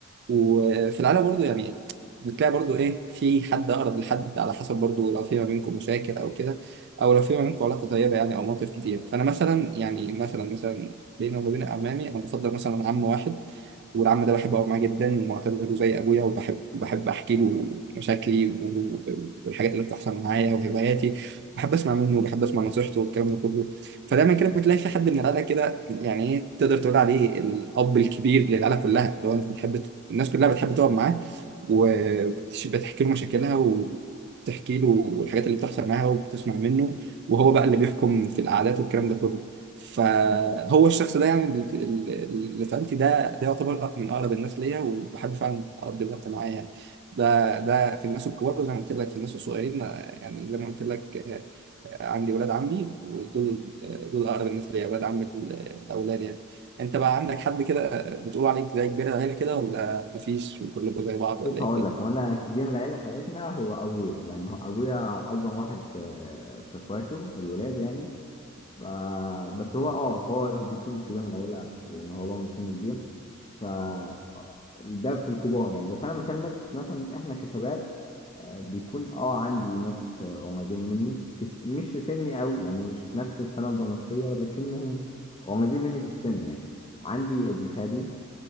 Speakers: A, on the right; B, on the left.
A: وفي العالم برضو يعني بتلاقي برضو إيه في حد أقرب لحد على حسب برضو لو في ما بينكم مشاكل أو كده أو لو في ما بينكم علاقة طيبة يعني أو مواقف كتير فأنا مثلا يعني مثلا مثلا بيني وما بين عمامي أنا بفضل مثلا عم واحد والعم ده بحب أقعد معاه جدا ومعتبره زي أبويا وبحب بحب أحكي له مشاكلي و- و- والحاجات اللي بتحصل معايا وهواياتي بحب أسمع منه وبحب أسمع نصيحته والكلام ده كله فدايما كده بتلاقي في حد من العيلة كده يعني إيه تقدر تقول عليه الأب الكبير للعيلة كلها اللي هو أنت بتحب ت- الناس كلها بتحب تقعد معاه وبتحكي له مشاكلها وبتحكي له الحاجات اللي بتحصل معاها وبتسمع منه وهو بقى اللي بيحكم في القعدات والكلام ده كله فهو الشخص ده يعني اللي اللي في عيلتي ده ده يعتبر من اقرب الناس ليا وبحب فعلا اقضي الوقت معاه يعني ده ده في الناس الكبار وزي ما قلت لك في الناس الصغيرين آه، يعني لما قلت لك آه، آه، عندي ولاد عمي ودول آه، دول اقرب الناس ليا ولاد عمي ال- الاولاد يعني انت بقى عندك حد كده بتقول عليك زي كبير العيله كده ولا مفيش وكلكم زي بعض ولا
B: بص
A: ايه
B: هقول
A: الدنيا؟
B: لك هو أنا كبير العيلة في عيلتنا هو أبويا لأن هو أبويا أكبر واحد في في إخواته الولاد يعني ف- بس هو اه هو هو بيكون كبير من العيلة لأن هو برضه سنه كبير ف ده في الكبار يعني بس أنا بكلمك في مثلا إحنا كشباب آه، بيكون اه عندي ناس آه، قريبين مني في س... مش في سني أوي يعني مش في نفس السنة الدراسية لكنهم قريبين مني في السن يعني عندي ابن خالي